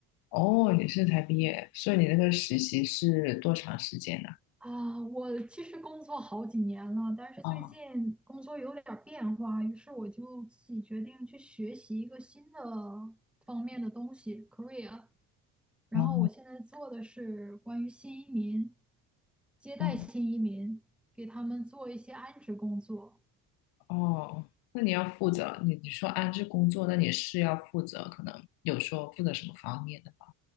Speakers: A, on the left (about 80°); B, in the centre.
A: 哦，你是才毕业，所以你那个实习是多长时间呢？
B: 啊，我其实工作好几年了，但是最近工作有点儿变化，
A: 哦，
B: 于是我就自己决定去学习一个新的方面的东西，career。然后我现在做的是关于新移民，
A: 哦，
B: 接待新移民，
A: 哦，
B: 给他们做一些安置工作。
A: 哦，那你要负责，你你说安置工作，那你是要负责，可能有说负责什么方面的吗？